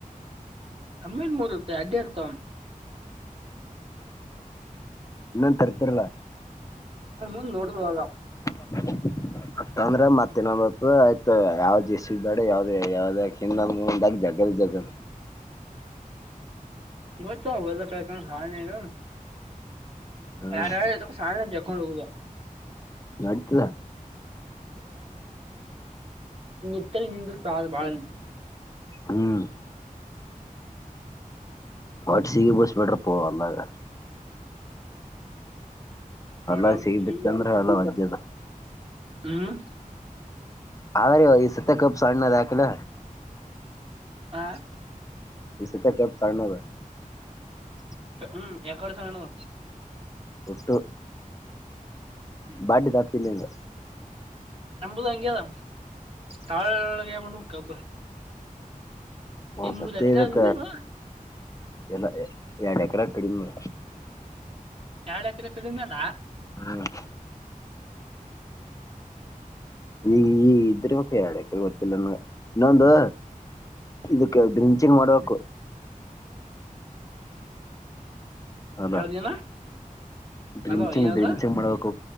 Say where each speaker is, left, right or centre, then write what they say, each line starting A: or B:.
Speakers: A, on the right; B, on the left.
A: ನಮ್ಮೇನ್ ಮೂರತ್ತೆ ಯಾಡ್ಡ ಇರ್ತವ
B: ಇನ್ನೊಂದು ತರ್ತಿರ್ಲ
A: ಹ ಹ ನೋಡದು ಆಾಗ
B: <unintelligible> ಅ ಅಂದ್ರೆ ಮತ್ತೆ ನತ್ತು ಆಯ್ತು ಯಾವ್ದ್ ಎಸ್ಸ್ದಾಡ ಯಾವ್ದ ಯಾವ್ದ ಹಿಂದ ಮುಂದಾಗ ಜಗ ಜಗದು
A: ಇವತ್ತು <unintelligible>
B: ಹ್ಮ್
A: ಯಾರ ಯಾರ ತ ಸಾವ ಜಕ್ಕಂಡ ಹೋಗೋದ
B: ನಡ್ತದಾ
A: ನಿತ್ತಲ್ ನಿಂತ ಪ್ರಾ ಕಾಲ
B: ಹ್ಮ್ ವಟ್ಸಿಗೆ ಸಿಗಿ ಬಳಸ ಬಿಡ್ರಪ್ಪ ಅಲ್ಲಾಗ
A: ನೋಡ
B: ಅಲ್ಲಾ ಸಿಗಿ ಬಿತ್ತ
A: ಈಗ
B: ಅಂದ್ರೆ ಎಲ್ಲ ಒರ್ಜದ
A: ಹ್ಮ್
B: ಹ ರ ಈ ಸತ್ತ ಕಬ್ ಸ್ಣ ನ ದಾಖಲ್ಲ
A: ಆ
B: ಈ ಸತ ಕಪ್ <unintelligible>
A: ಹ್ಮ್ ಯಾಕರ್ತ ನಣುವ
B: ಒಟ್ಟು ಬಡ್ಡಿ ದಪ್ಫೀಲಿಂಗ್
A: ನಮ್ದು ಹಂಗೆ ಅದ ತಾಳಗೆ ಬಂದದ ಕಬ್ಬ
B: ಹ್ಮ
A: ಈ ಮೂರ್
B: ಸತ್ಯ
A: ಎಕರೆ
B: ಇದಕ್ಕೆ
A: ಅದ ನೀವು
B: ಎಲ್ಲ ಎರಡು ಎಕರೆ ಕಡಿಮೆ
A: ಎಡ ಎಕರೆ ಕಡಿಮೆಲ್ಲ
B: ಹ್ಮ್ ಈಗ ಈ ಇದ್ರ ಬಕ ಗೊತಿಲ್ಲ ನನಗ ಇನ್ನೊಂದು ಇದಕ್ಕೆ
A: ಹ್ಮ್
B: ಡ್ರಿಂಚಿಂಗ್ ಮಾಡುಬೇಕ್ ಅದಾ
A: ಯಾವ್ದೇನ
B: ಡ್ರಿಂಚಿಂಗ್
A: ಅಲೋ ಯಾವ್ದ
B: ಡ್ರಿಂಚಿಂಗ್ ಮಾಡಬೇಕು